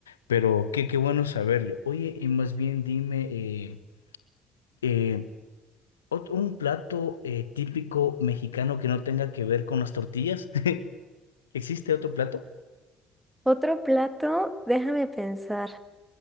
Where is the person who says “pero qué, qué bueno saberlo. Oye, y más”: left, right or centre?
Left